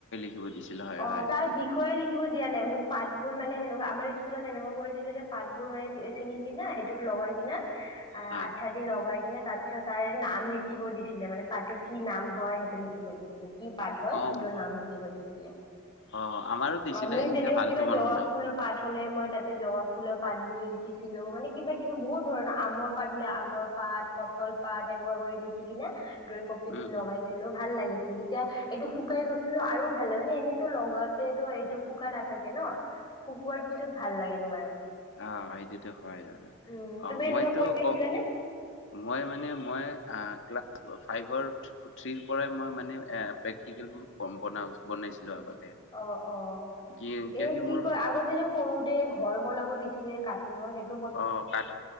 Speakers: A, on the left; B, on the left.
A: কিবা দিছিল হয়
B: অ
A: হয়‌
B: তাৰ বিষয়ে
A: হয়।
B: লিখিব দিয়া নাই, মোক পাঠবোৰ মানে সেনেকুৱা আমাৰ স্কুলত এনেকুৱা কৰিছিলে যে পাতবোৰ মানে ছিঙি কিনে সেইটোত লগাই কিনে এ
A: অ'
B: আঠাত লগাই কিনে তাৰপিছত তাৰে নাম লিখিব দিছিলে মানে, পাতৰ কি নাম হয় সেইটো লিখিব দিছিলে, কি পাত হয়,
A: অ'
B: সেইটোৰ নাম লিখিব দিছিলে।
A: অ' আমাৰো দিছিলে
B: অ মানে যেনেকুৱা
A: এতিয়া ভালকে
B: কিবা
A: মনত
B: জবাব
A: নাই
B: ফুলৰ পাঠ হ'লে মই তাতে জবাব ফুলৰ পাত বুলি লিখিছিলো, মানে কিবা কিবি বহুত ধৰণৰ আমৰ পাত হ'লে আমৰ পাত কঠঁল পাত এনেকুৱা কৰি লিখি কিনে ড্ৰয়িং কপিত
A: উম
B: লগাইছিলো,
A: উম
B: ভাল লাগিছিল তেতিয়া এইটো শুকাই গৈছিলো আৰু ভাল লাগে মানে এনেইত' লগওতে তো এইটো শুকা নাথাকে ন'। শুকোৱাৰ পিছত ভাল লাগে তোমাৰ।
A: আহ সেইটোতো হয় আৰু
B: উম তুমি
A: অঁ
B: এনেকুৱা
A: মইতো
B: কৰিছিলানে
A: ক' মই মানে মই ক্লাছ ফাইভৰ থ্ৰীৰ পৰাই মই মানে প্ৰেক্টিকেলবোৰ কম বনাও বনাইছিলোঁ আগতে।
B: অ' অ'
A: কি কিয়
B: এই কি
A: মোৰ
B: কয় আগতে যে সৰুতে ঘৰ বনাব দিছিলে কাটুনৰ সেইট
A: অঁ কাঠ